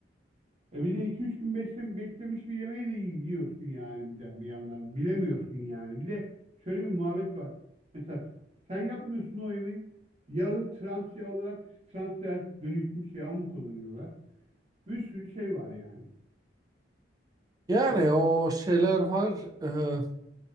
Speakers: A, on the right; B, on the right.
A: E bir de 2-3 gün besle- beklemiş bir yemeği de yiyorsun yani bir, de, bir yandan. Bilemiyorsun yani. Bir de şöyle bir muhabbet var. Mesela sen yapmıyorsun o yemeği. Yağı trans yağ olarak trans yağ dönüşmüş yağ mı kullanıyorlar? Bir sürü şey var yani.
B: Yani
A: E,
B: o şeyler var. e,